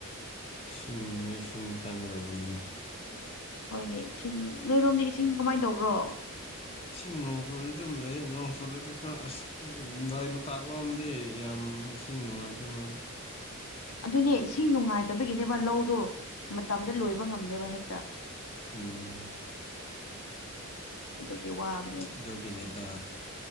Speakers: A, on the left (about 25°); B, on the left (about 75°).
A: ꯁꯤꯡꯉ ꯏꯁꯤꯡ ꯆꯪꯒꯗꯧꯕꯅꯤꯅꯦ
B: ꯍꯣꯏꯅꯦ ꯏꯁꯤꯡ ꯅꯣꯏꯔꯣꯝꯗꯤ ꯏꯁꯤꯡ ꯀꯃꯥꯏꯅ ꯇꯧꯕ꯭ꯔꯣ
A: ꯏꯁꯤꯡ ꯅꯣꯡ ꯆꯨꯕꯗꯤ ꯑꯗꯨꯝ ꯂꯩ ꯅꯣꯡ ꯆꯨꯨꯔꯗꯤ ꯈꯔ ꯑꯁ ꯂꯥꯏ ꯃꯇꯥꯛ ꯂꯧꯝꯗ ꯗꯤ ꯌꯥꯝ ꯏꯁꯤꯡ ꯅꯨꯡꯉꯥꯏꯗꯥ ꯃꯣꯏꯗꯤ
B: ꯑꯗꯨꯅꯦ ꯏꯁꯤꯡ ꯅꯨꯡꯉꯥꯏꯇꯕꯒꯤꯅꯦꯕ ꯂꯧꯗꯣ ꯃꯇꯝꯗ ꯂꯣꯏꯕ ꯉꯝꯅꯦꯕ ꯍꯦꯛꯇ
A: ꯎꯝ
B: ꯑꯗꯨꯒꯤ ꯋꯥꯕ
A: ꯑꯗꯨꯒꯤꯅꯦꯗ